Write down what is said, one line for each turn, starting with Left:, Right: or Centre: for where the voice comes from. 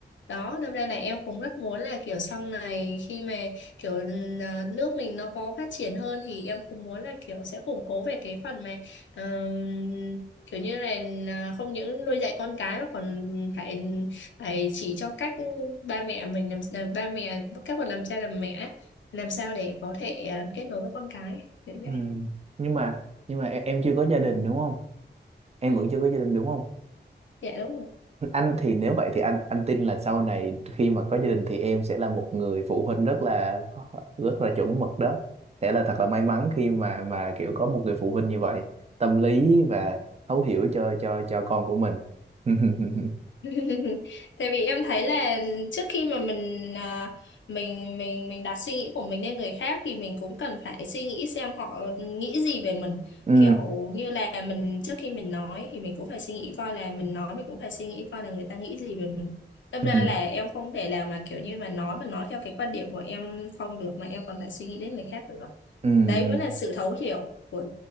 Left: đó đâm ra là em cũng rất muốn là kiểu sau này khi mà kiểu ờ, nước mình nó có phát triển hơn thì em cũng muốn là kiểu sẽ củng cố về cái phần mà ờm, kiểu như là ờ, không những nuôi dạy con cái mà còn phải phải chỉ cho cách ba mẹ mình làm à, ba mẹ các bậc làm cha làm mẹ làm sao để có thể ờ, kết nối với con cái kiểu như
Right: ừ
Left: vậy
Right: nhưng mà nhưng mà em, em chưa có gia đình đúng không em
Left: ừ,
Right: vẫn chưa có gia đình đúng không
Left: dạ đúng rồi
Right: anh thì nếu vậy thì anh anh tin là sau này khi mà có gia đình thì em sẽ là một người phụ huynh rất là rất là chuẩn mực đó sẽ là thật là may mắn khi mà mà kiểu có một người phụ huynh như vậy tâm lý và thấu hiểu cho cho cho con của mình <laughs>
Left: <laughs> tại vì em thấy là trước khi mà mình à, mình mình mình đặt suy nghĩ của mình lên người khác thì mình cũng cần phải suy nghĩ xem họ nghĩ gì về mình
Right: ừ
Left: kiểu như là mình trước khi mình nói thì mình cũng phải suy nghĩ coi là mình nói mình cũng phải suy nghĩ coi là người ta nghĩ gì về mình đâm
Right: ừ
Left: ra là em không thể làm mà kiểu như mà nói mà nói theo cái quan điểm của em không được mà em còn phải suy nghĩ đến người khác nữa
Right: ừ
Left: đấy
Right: ừ
Left: mới là sự thấu hiểu của